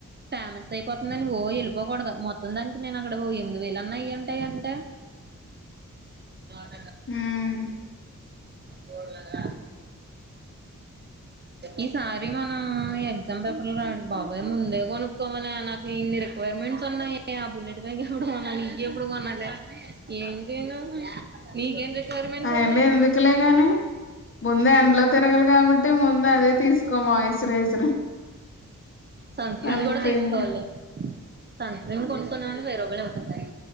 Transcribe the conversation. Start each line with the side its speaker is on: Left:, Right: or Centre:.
Right: ఫేమస్ అయిపోతుందని ఓ ఎళ్ళిపోగుడదు మొత్తం దన్ నేనక్కడ ఓ యమ్ది వేలన్న అయ్యుంటయంట <inaudible>
Left: ఉమ్
Right: కోడుగాల ఈ సారి మనం ఎగ్జామ్ పేపర్లు రాడి బాబోయ్ ముందే కొనుక్కోవాలే నాకు ఇన్ని రిక్వైర్మెంట్స్ ఉన్నాయే బుల్లెట్ బైగ్ ఎప్పుడు కొనాలి ఇంగెప్పుడు కొనాలి ఏంటి చైను నీకేం రిక్వైర్మెంట్స్
Left: అయన్నీ
Right: ఉన్నాయి
Left: ఎందుకులే గాని ముందే ఎండ్లో తిరగలి కాబట్టి ముందే అదే తీసుకో మాయ్ సరేసరు
Right: సన్ స్క్రీన్
Left: సన్క్రీన్
Right: కూడా తీసుకోవాలి సన్ స్క్రీన్ కొనుక్కుందా మంటే వెయ్య్ రూబాలైతయి